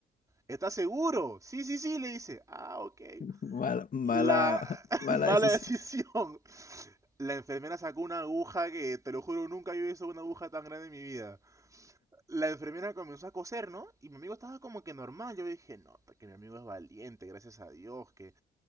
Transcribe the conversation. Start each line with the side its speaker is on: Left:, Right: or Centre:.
Right: ¿Estás seguro? Sí, sí, sí, le dice. Ah, ok.
Left: Mala, mala,
Right: La <laughs>
Left: mala
Right: mala
Left: decisión.
Right: decisión. La enfermera sacó una aguja que, te lo juro, nunca había visto una aguja tan grande en mi vida. La enfermera comenzó a coser, ¿no? Y mi amigo estaba como que normal. Yo dije, no, que mi amigo es valiente, gracias a Dios, que